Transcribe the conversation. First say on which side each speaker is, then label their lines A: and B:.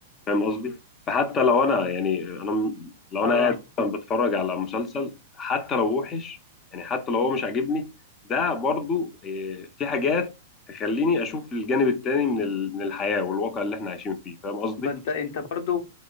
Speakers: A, on the left; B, on the left.
A: فاهم قصدي؟ فحتى لو أنا يعني أنا م- لو
B: اه
A: أنا قاعد مثلاً بتفرج على مسلسل حتى لو وحش يعني حتى لو هو مش عاجبني ده برضو آه، في حاجات تخليني أشوف الجانب التاني من ال- من الحياة والواقع اللي إحنا عايشين فيه فاهم قصدي؟
B: ما انت انت برضو